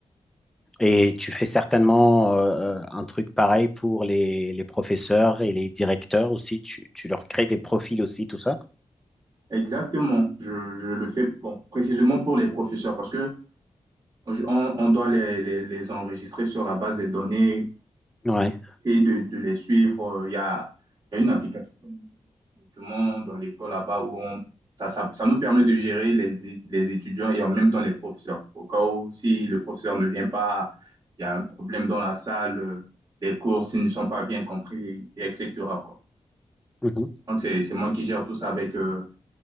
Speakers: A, in the centre; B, on the right.
A: Et tu fais certainement euh, un truc pareil pour les, les professeurs et les directeurs aussi. Tu, tu leur crées des profils aussi, tout ça.
B: Exactement, je, je le fais bon, précisément pour les professeurs parce que je- on, on doit les, les, les enregistrer sur la base des données,
A: Ouais.
B: essayer de, de les suivre. Il y a, il y a une application. justement dans l'école là-bas où on, ça, ça, ça nous permet de gérer les, é- les étudiants et en même temps les professeurs. Au cas où, si le professeur ne vient pas, il y a un problème dans la salle, euh, les cours, s'ils ne sont pas bien compris, et etc. quoi.
A: Mhm.
B: Donc, c'est, c'est moi qui gère tout ça avec, euh,